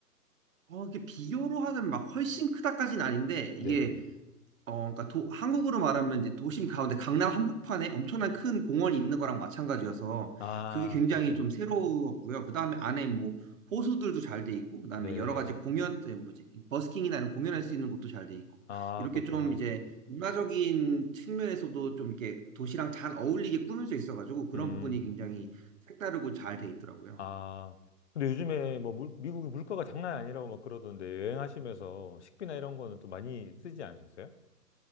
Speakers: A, on the right; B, on the left.
A: 어, 이게 비교로 하면 막 훨씬 크다까진 아닌데 이게
B: 네네.
A: 어, 그러니까 도- 한국으로 말하면 이제 도심 가운데 강남 한복판에 엄청난 큰 공원이 있는 거랑 마찬가지여서
B: 아,
A: 그게 굉장히
B: 그렇구나.
A: 좀 새로웠고요. 그다음에 안에 뭐 호수들도 잘 돼 있고, 그다음에
B: 네.
A: 여러 가지 공연, 에, 뭐지, 버스킹이나 이런 공연할 수 있는 곳도 잘 돼 있고,
B: 아,
A: 이렇게
B: 그렇구나.
A: 좀 이제 문화적인 측면에서도 좀 이렇게 도시랑 잘 어울리게 꾸며져 있어가지고 그런
B: 음,
A: 부분이 굉장히 색다르고 잘 돼 있더라고요.
B: 아. 근데 요즘에 뭐 물- 미국이 물가가 장난 아니라고 막 그러던데 여행하시면서 식비나 이런 거는 또 많이 쓰지 않으셨어요?